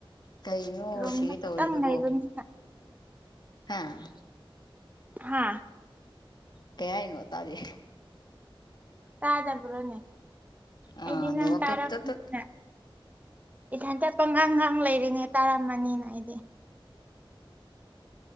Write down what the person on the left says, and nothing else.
ꯀꯩꯒꯤꯅꯣ
ꯁꯤꯒꯦ
ꯇꯧꯔꯤꯗꯨꯕꯨ
ꯍꯥꯥ
ꯀꯩ ꯍꯥꯏꯅꫭ ꯇꯥꯗꯦ
ꯑꯥ
ꯅꯦꯠꯋꯥꯛꯇꯣ
ꯇꯠ ꯇꯠ